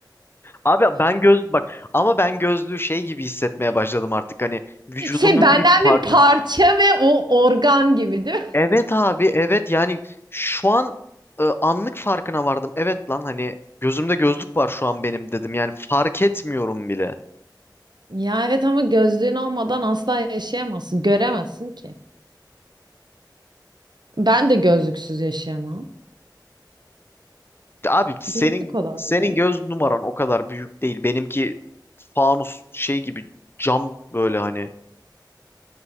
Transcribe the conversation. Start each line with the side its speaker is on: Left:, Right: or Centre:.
Left: Abi ben göz bak ama ben gözlüğü şey gibi hissetmeye başladım artık hani vücudumun
Right: Şey benden
Left: bir parçası.
Right: bir parça ve o organ gibi değil mi?
Left: Evet abi evet yani şu an e, anlık farkına vardım. Evet lan hani gözümde gözlük var şu an benim dedim yani fark etmiyorum bile.
Right: Ya evet ama gözlüğün olmadan asla yaşayamazsın. Göremezsin ki. Ben de gözlüksüz yaşayamam.
Left: Abi senin
Right: Gözlük olabilir.
Left: senin göz numaran o kadar büyük değil. Benimki fanus şey gibi cam böyle hani